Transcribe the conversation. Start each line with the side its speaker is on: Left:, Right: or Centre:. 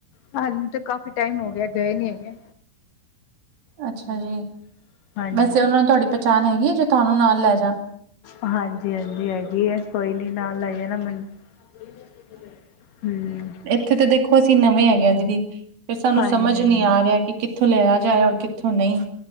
Left: ਸਾਨੂੰ ਤਾਂ ਕਾਫ਼ੀ ਟਾਈਮ ਹੋ ਗਿਆ ਗਏ ਨੀ ਹੈਗੇ।
Right: ਅੱਛਾ
Left: ਹੂੰ
Right: ਜੀ,
Left: ਹਾਂਜੀ,
Right: ਵੈਸੇ ਉਹਨਾਂ ਨੂੰ ਤੁਹਾਡੀ ਪਹਿਚਾਣ ਹੈਗੀ ਏ, ਜੇ ਤੁਹਾਨੂੰ ਨਾਲ ਲੈ ਜਾ।
Left: ਹਾਂਜੀ-ਹਾਂਜੀ, ਹੈਗੀ ਏ, ਕੋਈ ਨੀ ਨਾਲ ਲੈ ਜਾਣਾ ਮੈਨੂੰ। <inaudible>
Right: ਇਥੇ ਤਾਂ ਦੇਖੋ ਅਸੀਂ ਨਵੇ ਹੈਗੇ ਦੀਦੀ। ਫਿਰ ਸਾਨੂੰ
Left: ਹਾਂਜੀ-ਹਾਂਜੀ
Right: ਸਮਝ ਨੀ ਆ ਰਿਹਾ, ਕਿ ਕਿੱਥੋਂ ਲੈਆ ਜਾਏ ਔਰ ਕਿੱਥੋਂ ਨਹੀਂ।